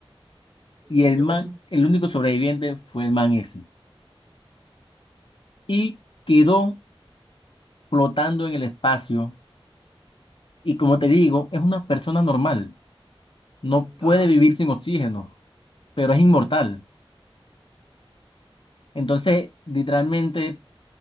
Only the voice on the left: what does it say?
Y el
man,
el único sobreviviente fue el man ese. Y quedó flotando en el espacio. Y como te digo, es una persona normal. No puede
vivir sin oxígeno, pero es inmortal. Entonces, literalmente,